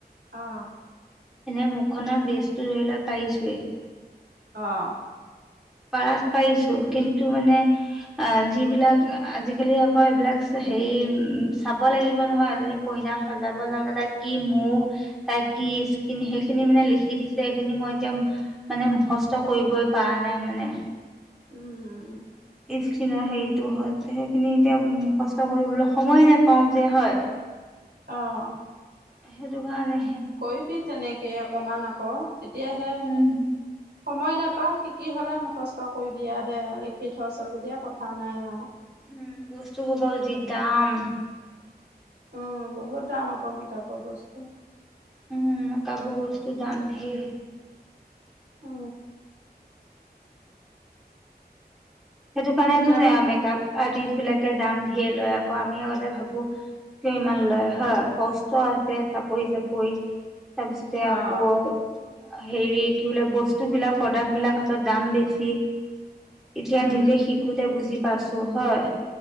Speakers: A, on the right; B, in the centre.
A: আহ
B: এনে মুখনৰ বেস্তটো ধৰি ল পাৰিছোৱেই।
A: আহ
B: পত পাৰিছো কিন্তু মানে আহ যিবিলাক আজিকালি আকৌ এইবিলাক হেৰি উম চাব লাগিব নহয় এজনি কইনাক সজাব যাওঁতে তাই কি মহ তাই কি স্কিন সেইখিনি মানে লিখি দিছে সেইখিনি মই এতিয়া মানে মুখস্তই কৰিবই পৰা নাই মানে
A: উম
B: স্কিনৰ হেৰিটো হল সেইখিনি এতিয়া মুখস্থ কৰিবলৈ সময় নোপাও যে হয়।
A: আহ
B: সেইটো কাৰণে
A: কৈবি তেনেকে অকমান আকৌ তেতিয়াহে।
B: উম
A: সময় নাপা শিকি হলে মুখস্থ কৰিবি দে লিখি থচ যেতিয়া কথা নাই আৰু
B: উম বস্তু হ'ব যি দাম।
A: উম বহুত দাম আকৌ মেকআপৰ বস্তু।
B: উম কাবু বস্তু দাম ধেই।
A: অ
B: সেইটো কাৰণে
A: কিতাপ
B: মেকআপ আৰ্টিষ্ট বিলাক দাম ধিয়ে লয় আক আমি আ ভাবো কিয় ইমান লয় হয় কষ্ট আছে চাপৰি চাপৰি। তাৰপিছতে আকৌ
A: অঁ
B: হেৰি কি বোলে বস্তুবিলাক প্ৰডাক্ট বিলাক হেতৰ দাম বেছি। এতিয়া
A: উম
B: নিজে শিকোতে বুজি পাছো হয়।